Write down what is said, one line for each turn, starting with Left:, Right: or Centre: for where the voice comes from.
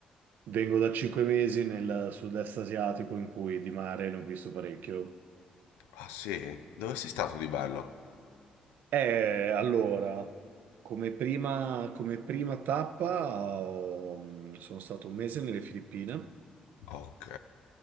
Right: vengo da cinque mesi nel sud-est asiatico in cui di mare ne ho visto parecchio.
Left: Ah sì? Dove sei stato di bello?
Right: Eh, allora, come prima, come prima tappa ho- mm, sono stato un mese nelle Filippine.
Left: Ok,